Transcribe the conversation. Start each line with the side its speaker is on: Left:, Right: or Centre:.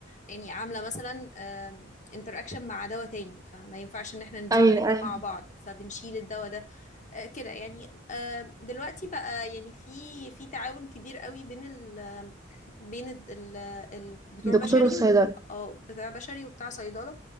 Left: يعني عامله مثلا آه، انتراكشن مع دواء تاني فما ينفعش ان احنا نديهم
Right: ايوه
Left: الاتنين
Right: ايوه
Left: مع بعض فبنشيل الدواء ده آه، كده يعني آه، دلوقتي بقى يعني في في تعاون كبير قوي بين ال بين ال ال بتوع
Right: الدكتور
Left: بشري
Right: والصيدلة
Left: و آه، بتاع بشري وبتاع صيدلة